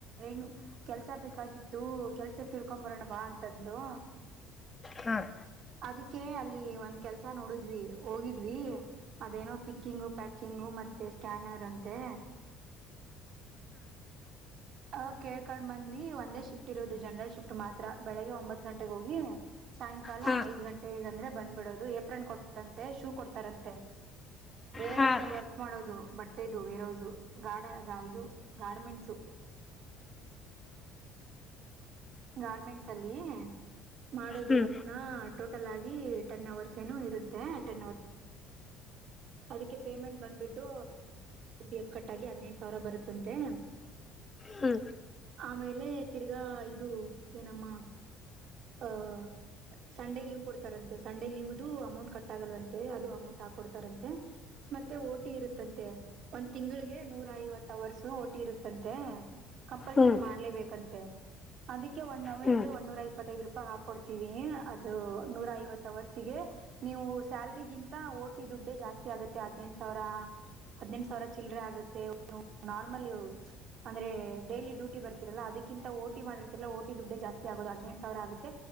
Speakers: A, on the right; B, on the left.
A: ನು ಕೆಲ್ಸ ಬೇಕಾಗಿತ್ತು ಕೆಲ್ಸಕ್ ಇರ್ಕೊ ಬರೋಣ ಬಾ ಅಂತಂದ್ಲು
B: ಹಾಂ
A: ಅದಕ್ಕೆ ಅಲ್ಲಿ ಒಂದ್ ಕೆಲ್ಸ ನೋಡಿದ್ವಿ ಹೋಗಿದ್ವಿ ಅದೇನೋ ಪಿಕ್ಕಿಂಗು ಪ್ಯಾಕಿಂಗು ಮತ್ತೆ ಸ್ಕ್ಯಾನರ್ ಅಂತೆ ಅ ಕೇಳ್ಕೊಂಡ್ ಬಂದ್ವಿ ಒಂದೇ ಶಿಫ್ಟ್ ಇರೋದು ಜನರಲ್ ಶಿಫ್ಟ್ ಮಾತ್ರ ಬೆಳಿಗ್ಗೆ ಒಂಬತ್ ಗಂಟೆಗೆ ಹೋಗಿ ಸಾಯಂಕಾಲ
B: ಹಾಂ
A: ಐದ್ ಗಂಟೆಗ ಅಂದ್ರೆ ಬಂದ್ಬಿಡೋದು ಏಪ್ರಿಲ್ ಕೊಡ್ತಾರಂತೆ ಶೂ ಕೊಡ್ತಾರಂತೆ ಬೇರೋಸ್
B: ಹಾಂ ಹಾಂ
A: ಅಲ್ಲಿ ವರ್ಕ್ ಮಾಡೋದು ಬಟ್ಟೆದು ಬೇರೋ ಗಾಡ ಇದು ಗಾರ್ಮೆಂಟ್ಸ ಗಾರ್ಮೆಂಟ್ಸ್ ಅಲ್ಲಿ ಮಾಡೋದು
B: ಹ್ಞೂ
A: ವರ್ಕ್ನ ಆಟೋ ಟ ಅವರ್ ಏ ಇರುತ್ತ ಟ ಏ ಅಂ ಬಂದಬಟ್ಟು ಎ ಕ ಆ ಹದ ಸಾವಿರ ಬರುತ್ತ
B: ಹ್ಞೂ
A: ಆಮೇ ತಿಗ ಅದು ಏನಮ್ಮ ಅಹ ಸಂಡೇ ಲೀವ್ ಕೊಡ್ತಾರಂತೆ ಸಂಡೆ ಲೀವ್ ಅಮೌಂಟ್ ಕಟ್ ಆಗಲ್ವಂತೆ ಅದು ಅಮೌಂಟ್ ಹಾಕಕೊಡ್ತಾರಂತೆ ಮತ್ತೆ ಓಟಿ ಇರುತ್ತಂತೆ ಒಂದ್ ತಿಂಗಳಿಗೆ ನೂರ ಐವತ್ತು ಅವರ್ಸ ಓಟಿ ಇರುತ್ತಂತೆ ಕಂಪಲ್ಸರಿ
B: ಹ್ಞೂ ಹ್ಞೂ
A: ಮಾಡ್ಲೇಬೇಕಂತ ತ್ತೆ ಅದಕ್ಕೆ ಒನ್ ಅವರ್ಗೆ
B: ಹ್ಞೂ
A: ಒೂರ ಇಪ್ಪತ್ತೈದು ರೂಪಾಯಿ ಹಾಕೊಡ್ತೀವಿ ಅದು ನೂರ ಐವತ್ತು ವರ್ಸಿಗೆ ನೀವು ಸ್ಯಾಲ್ರಿಗಿಂತ ಓಟಿ ದುಡ್ಡೇ ಜಾಸ್ತಿ ಆಗುತ್ತೆ ಹದ್ನೆಂಟು ಸಾವಿರ ಹದ್ಿನಂ ಸಾವಿರ ಚಿಲ್ಲರೆ ಆಗುತ್ತೆ ನಾರ್ಮಲ್ ಅಂದ್ರೆ ಡೈಲಿ ಡ್ಯೂಟಿ ಬರ್ತರಲ್ಲಾ ಅದಕ್ಕಿಂತ ಓಟಿ ಮಾಡ ಓಟಿ ದುಡ್ಡೆ ಜಾಸ್ತಿ ಆಗೋುದು ಹದ್ಿನಂು ಸಾವಿರ ಆಗುತ್ತೆ